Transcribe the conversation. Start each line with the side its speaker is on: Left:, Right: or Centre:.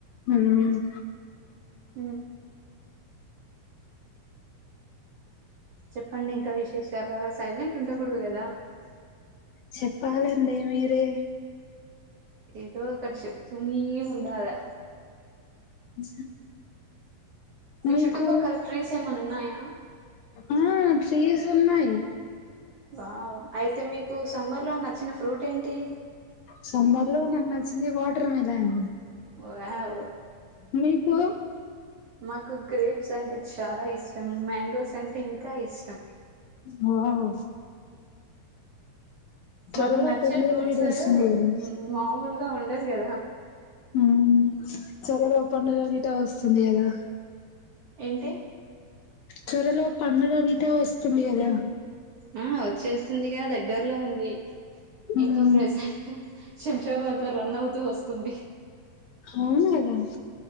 Left: ఉమ్
Right: హ చెప్పండి ఇంకా విశేషాలు సైలెంట్ ఉండకూడదు కదా
Left: చెప్పాలండి మీరే
Right: ఏదో ఒక్కటి చెప్తూనే ఉండాలా
Left: అ
Right: మీ
Left: మీకు
Right: చుట్టుపక్కల ట్రీస్ ఏమైనా ఉన్నాయా
Left: ఆ ట్రీస్ ఉన్నాయి
Right: వావ్ అయితే మీకు సమ్మర్ లో నచ్చిన ఫ్రూట్ ఏంటి
Left: సంబర్ లో నాకు నచ్చింది వాటర్ మెలాన్
Right: వావ్
Left: మీకు
Right: మాకు గ్రేప్స్ అంటే చాలా ఇష్టం మ్యాంగోస్ అంటే ఇంకా ఇష్టం
Left: వావ్ త్వరలో
Right: మాకు నచ్చే
Left: పండుగ
Right: ఫ్రూట్స్
Left: గిట వస్తుంది కదా
Right: మామూలుగా ఉండదు కదా
Left: ఉమ్ సరేలే పండుగ గిట వస్తుంది కదా
Right: ఏంటి
Left: చర లో పండుగ గిటా వస్తుంది కదా
Right: ఆ వచ్చేస్తుందిగా దగ్గర ట్లో ఉంది ఇంక
Left: మ్మ్
Right: ప్రెజెంట్ శంషాబాద్లో రన్ అవుతు వస్తుంది
Left: అవును గదా